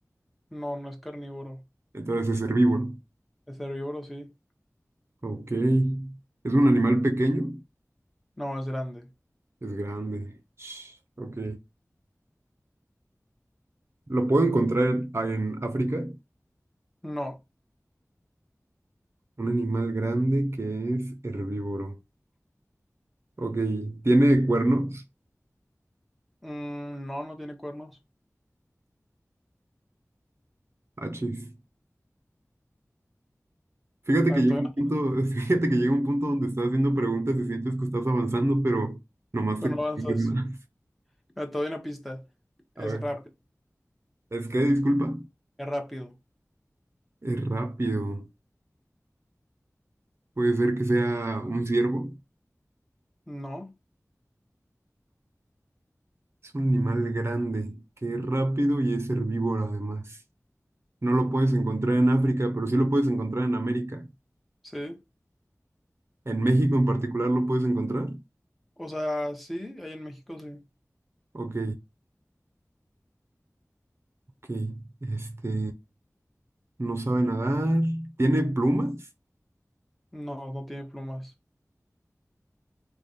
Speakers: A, in the centre; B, on the right (about 50°).
A: No, no es carnívoro.
B: entonces es herbívoro.
A: Es herbívoro, sí.
B: Ok. ¿Es un animal pequeño?
A: No, es grande.
B: Es grande. Sh, Ok. ¿Lo puedo encontrar en, ah, en África?
A: No,
B: Un animal grande que es herbívoro. Ok. ¿Tiene cuernos?
A: Mm, no, no tiene cuernos.
B: Achis. Fíjate
A: A
B: que
A: ver,
B: llega
A: todavía,
B: un punto, <laughs> fíjate que llega un punto donde estás haciendo preguntas y sientes que estás avanzando, pero nomás
A: pero
B: te confundes
A: no avanzas.
B: más.
A: A ver, todavía una pista. Es
B: <laughs> A ver.
A: rápido,
B: ¿Es que, disculpa?
A: es rápido.
B: Es rápido. Puede ser que sea un ciervo.
A: No,
B: Es un animal grande, que es rápido y es herbívoro además. No lo puedes encontrar en África, pero sí lo puedes encontrar en América.
A: sí.
B: En México en particular lo puedes encontrar.
A: O sea, sí, ahí en México sí.
B: Ok, ok. Este, no sabe nadar. ¿Tiene plumas?
A: No, no tiene plumas.